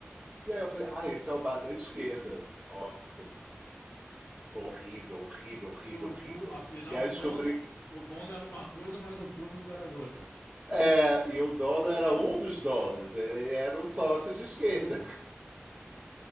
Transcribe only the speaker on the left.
O
pu- afinal,
o
dono,
o dono era uma coisa, mas o público era outra.